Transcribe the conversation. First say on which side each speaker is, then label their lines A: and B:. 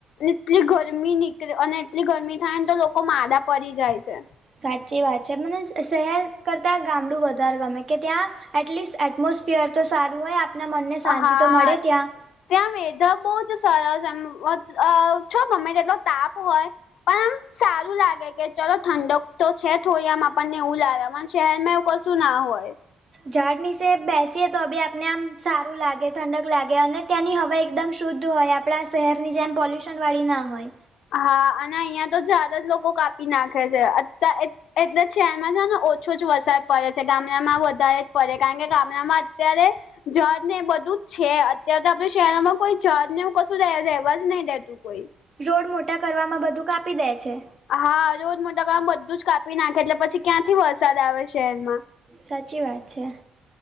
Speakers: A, on the left; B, on the right.
A: એટલી ગરમી નીકળે અને એટલી ગરમી થાય ને તો લોકો માદા પરી જાય છે.
B: સાચી વાત છે મને શહેર કરતાં ગામડું વધારે ગમે કે ત્યાં એટલીસ્ટ એટમોસફિયર તો સારું હોય આપના મનને શાંતિ
A: હા..
B: તો મળે ત્યાં
A: ત્યાં <inaudible> બહુ જ સરસ એમ વધ છો ગમે તેટલો તાપ હોય પણ આમ સારું લાગે કે ચલો ઠંડક તો છે થોડી આમ આપણને એવું લાગે શહેરમાં એવું કશું શું ના હોય.
B: ઝાળ નીચે બેસીએ તો બી આપને આમ સારું લાગે ઠંડક લાગે અને ત્યાંની હવા એકદમ શુદ્ધ હોય આપ આપણા શહેરની જેમ પોલ્યુશનવાળી ના હોય.
A: હા અને અહિયાં તો ઝાડ જ લોકો કાપી નાખે છે અ એટલે જ શહેરમાં છે ને ઓછો જ વરસાદ પડે છે ગામડામાં વધારે જ પડે કારણ કે ગામડામાં અત્યારે ઝાળને એ બધું જ છે અત્યારે તો આપડે શહેરમાં કોઈ ઝાળને એવું કશું રહેવા જ નઈ દેત તું કોઈ
B: રોડ મોટા કરવામાં બધું કાપી દે છે.
A: હા રોડ મોટા કરવામાં બધું જ કાપી નાખે એટલે પછી ક્યાંથી વરસાદ આવે શહેરમાં
B: સાચી વાત છે.